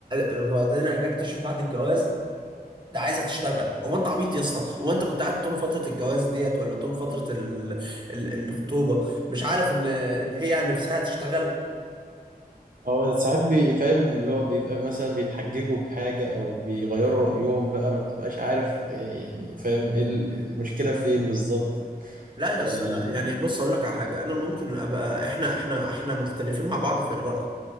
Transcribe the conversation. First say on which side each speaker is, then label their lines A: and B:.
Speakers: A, on the right; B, on the right.
A: وبعدين اجي اكتشف بعد الجواز ده عايزه تشتغل هو انت عبيط يا اسطى هو انت كنت قاعد طول فتره الجواز ديت ولا طول فتره ال... ال- الخطوبه مش عارف ان ان هي عن نفسها تشتغل
B: هو ساعات بيفهم اللي هو بيبقى مثلا بيتحججوا بحاجة أو بيغيروا رأيهم بقى ما بتبقاش عارف إيه يعني فاهم إيه ال- المشكلة فين بالظبط
A: لا يا
B: ال...
A: اسطى لا يعني بص اقول لك على حاجه انا ممكن ابقى احنا احنا احنا مختلفين مع بعض في الراي